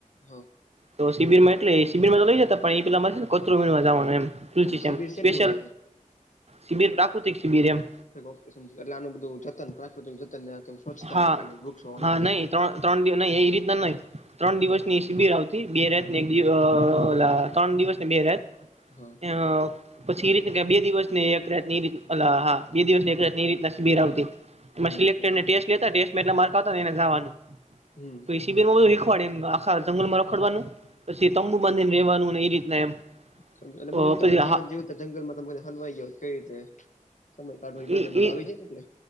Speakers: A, on the left (about 65°); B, on the right (about 50°).
A: હા
B: તો શિબિરમાં એટલે એ શિબિરમાં લઈ જ ત પણ એ પેલામાં ને કચરો વીણવા જવાનું એમ તુલ છેમ
A: શિબિર શેની
B: સ્પેશયલ
A: હોય એટલે
B: શિબિર પ્રાકૃતિક શિબિર એમ
A: એટલે આનું બધું જતન પ્રાકૃ જન સ્વચ્છતા
B: હા
A: રાખવા વૃક્ષો
B: હા
A: રીતે
B: નહી ત્રણ ત્રણ દિવસ નઈ એ રીતના નઈ ત્રણ દિવસની
A: હા
B: શિબિર આવતી બે રાત ને એકિવ ત્રણ દિવસ ને બે રાત
A: હા
B: અ પછી એ રીતની બે દિવસ ને એક રત ની રીત હા બે દિવસની એક રત એ રીતના શિબિર આવતી એમાં
A: સમજી
B: સિલેક્ટ
A: ગયો
B: ને ટેસ્ટ લેતા ટેસ્ટમાં એટલા માર્ક આવતા એને જવાનુ
A: હમ
B: તોઈસીબમાં હીખવાડે એ આખા જંગલમાં રખડવાનું પછી તંબુ બાધીને રહેવાનું ને એ રીતના એમ
A: સમ એટ
B: અ
A: બધું
B: પછી
A: તમને જીવન
B: હા
A: <unintelligible> જંગલ માં તમે હલવાઈ ગયો કઈ રીતે સમય કાઢવા બધે
B: ઈ
A: બધું
B: ઈ
A: આવી જાય ને એટલે.